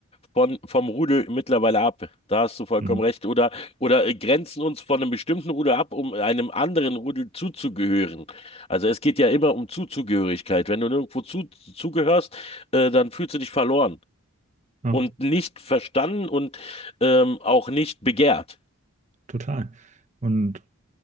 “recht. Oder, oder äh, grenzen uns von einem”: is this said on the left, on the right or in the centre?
Left